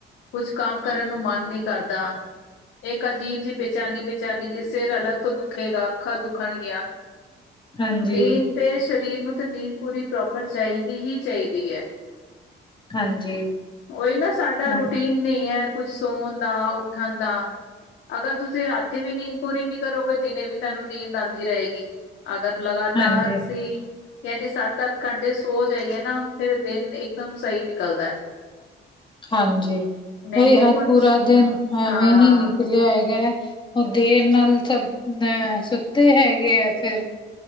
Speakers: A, on the left (about 75°); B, on the left (about 25°).
A: ਕੁਛ ਕੰਮ ਕਰਨ ਨੂੰ ਮਨ ਨੀ ਕਰਦਾ ਇੱਕ ਅਜੀਬ ਜੀ ਬੇਚਾਨੀ ਬੇਚਾਨੀ ਜੀ ਸਿਰ ਅਲੱਗ ਤੋਂ ਦੁਖੇਗਾ ਅੱਖਾਂ ਦੁਖਣਗੀਆਂ
B: ਹਾਂਜੀ
A: ਮੇਨ ਤੇ ਸਰੀਰ ਨੂੰ ਤਾਂ ਨੀਂਦ ਪੂਰੀ ਪ੍ਰੋਪਰ ਚਾਹੀਦੀ ਹੀ ਚਾਹੀਦੀ ਹੈ
B: ਹਾਂਜੀ
A: ਉਹੀ ਨਾ ਸਾਡਾ
B: ਹਾਂ
A: ਰੂਟੀਨ ਨਹੀਂ ਹੈ ਕੁੱਛ ਸੋਣ ਦਾ ਉੱਠਣ ਦਾ ਅਗਰ ਤੁਸੀਂ ਰਾਤੀ ਵੀ ਨੀਂਦ ਪੂਰੀ ਨੀ ਕਰੋਗੇ ਦਿਨੇ ਵੀ ਤੁਹਾਨੂੰ ਨੀਂਦ ਆਉਂਦੀ ਰਹੇਗੀ ਅਗਰ ਲਗਾਤਾਰ
B: ਹਾਂਜੀ
A: ਅਸੀਂ ਯਾਨੀ ਸੱਤ ਅੱਠ ਘੰਟੇ ਸੋ ਜਾਈਏ ਨਾ ਫਿਰ ਦਿਨ ਇਕਦਮ ਸਹੀ ਨਿਕਲਦਾ
B: ਹਾਂਜੀ
A: ਨਹੀਂ
B: ਉਹੀ
A: ਤੇ
B: ਅੱਜ
A: ਕੁਛ
B: ਪੂਰਾ ਦਿਨ ਐਵੇਂ
A: ਹਾਂ
B: ਹੀ ਨਿਕਲਿਆ ਹੈਗਾ ਹੈ ਉਹ ਦੇਰ ਨਾਲ ਸਭ ਅਹ ਸੁੱਤੇ ਹੈਗੇ ਆ ਫਿਰ